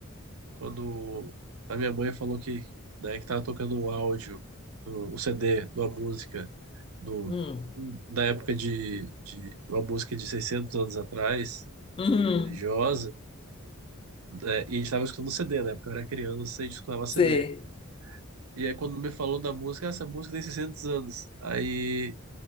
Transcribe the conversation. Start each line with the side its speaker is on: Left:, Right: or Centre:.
Right: quando a minha mãe falou que, né, que tava tocando um áudio, um, um CD, de uma música, do,
Left: Hum.
Right: da época de, de uma música de 600 anos atrás,
Left: Uhum.
Right: religiosa. né, e a gente estava escutando CD, né? Porque eu era criança e a gente escutava CD.
Left: Sei.
Right: E aí, quando me falou da música, "Ah, essa música tem 600 anos. Aí